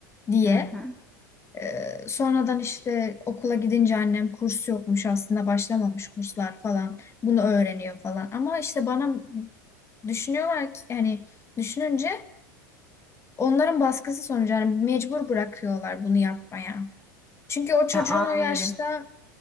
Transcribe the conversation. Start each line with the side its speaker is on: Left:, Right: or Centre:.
Left: diye.
Centre: hı hı.
Left: Ee, sonradan işte okula gidince annem kurs yokmuş aslında başlamamış kurslar falan bunu öğreniyor falan. Ama işte bana düşünüyorlar ki yani düşününce onların baskısı sonucu yani mecbur bırakıyorlar bunu yapmaya. Çünkü o çocuğun
Centre: Ya, anlıyorum.
Left: o yaşta